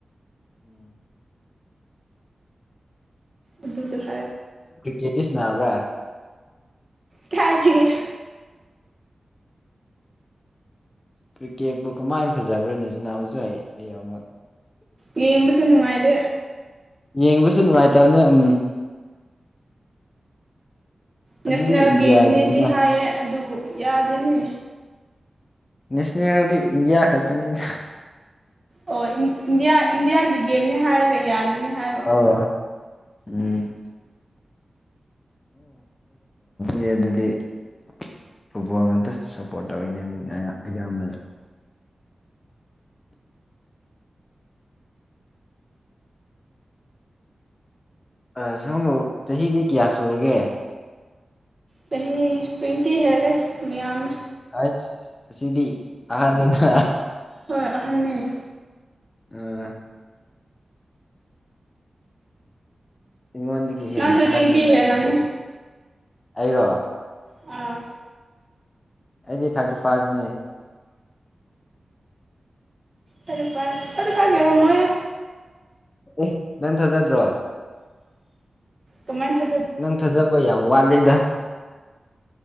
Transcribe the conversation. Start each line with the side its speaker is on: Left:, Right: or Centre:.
Left: ꯎꯝ
Right: ꯑꯗꯨꯗꯣ <unintelligible>
Left: ꯀꯦꯇꯤꯁ ꯅꯥꯕ꯭ꯔꯥ
Right: ꯀꯥꯏ ꯊꯒꯤ
Left: ꯀ꯭ꯔꯤꯛꯀꯦꯠꯄꯨ ꯀꯃꯥꯏ ꯐꯖꯕ꯭ꯔꯥꯅꯦ ꯁ꯭ꯅꯥꯕꯨꯁꯨ ꯍꯩ ꯍꯩꯔꯝꯃꯣꯏ
Right: ꯌꯦꯡꯕꯁꯨ ꯅꯨꯡꯉꯥꯏꯗꯦ
Left: ꯌꯦꯡꯕꯁꯨ ꯅꯨꯡꯉꯥꯏꯇꯕꯅꯦ ꯎꯝ
Right: ꯅꯦꯁꯅꯦꯜ
Left: ꯑꯗꯨꯗꯤ ꯏꯟꯗꯤꯌꯥꯒꯤꯗꯅ
Right: ꯒꯦꯝꯅꯦꯗꯤ ꯍꯥꯏꯌꯦ ꯑꯗꯨꯕꯨ ꯌꯥꯗꯦꯅꯦ
Left: ꯅꯦꯁꯅꯦꯜꯗꯤ ꯏꯟꯗꯤꯌꯥ ꯈꯛꯇꯅꯤꯅ
Right: ꯑꯣ ꯏꯟꯗꯤꯌꯥ ꯏꯟꯗꯤꯌꯥꯒꯤ ꯒꯦꯝꯅꯤ ꯍꯥꯏꯔꯒ ꯌꯥꯗꯅꯤ ꯍꯥꯏꯕ
Left: ꯑꯣ ꯎꯝ ꯌꯦ ꯑꯗꯨꯗꯤ <unintelligible> ꯐꯨꯠꯕꯣꯜ ꯉꯥꯛꯇ ꯁ ꯁꯞꯄꯣꯔꯠ ꯇꯧꯋꯤꯅꯦ ꯑꯌꯥꯝꯕꯗ ꯑ ꯁꯣꯝꯕꯨ ꯆꯍꯤꯗꯤ ꯀꯌꯥ ꯁꯨꯔꯒꯦ
Right: ꯆꯍꯤ ꯇ꯭ꯋꯦꯟꯇꯤ ꯍꯦꯜꯂꯦ ꯑꯁ ꯃꯌꯥꯝꯃ
Left: ꯑꯁ ꯁꯤꯗꯤ ꯑꯍꯟꯅ‌ꯦ ꯈꯔ
Right: ꯍꯣꯏ ꯑꯍꯟꯅꯦ
Left: ꯑꯥ <unintelligible>
Right: ꯅꯪꯁꯨ
Left: ꯑꯍꯟꯅꯤꯅ
Right: ꯇ꯭ꯋꯦꯟꯇꯤ ꯍꯦꯜꯂꯝꯅꯤ
Left: ꯑꯗꯨꯗꯤ ꯑꯩꯔꯣ
Right: ꯑꯥ
Left: ꯑꯩꯗꯤ ꯊꯥꯔꯇꯤ ꯐꯥꯏꯚꯅꯦ
Right: ꯊꯥꯔꯇꯤ ꯐꯥꯏꯚꯅꯦ ꯊꯥꯔꯇꯤ ꯐꯥꯏꯚꯅꯦ ꯌꯧꯔꯝꯃ‌ꯣꯏꯍ‌ꯦ
Left: ꯑꯦ ꯅꯪ ꯊꯥꯖꯗ꯭ꯔꯣ
Right: ꯀꯃꯥꯏ ꯊꯖ
Left: ꯅꯪ ꯊꯥꯖꯕ ꯌꯥꯝ ꯋꯥꯠꯂꯦꯗ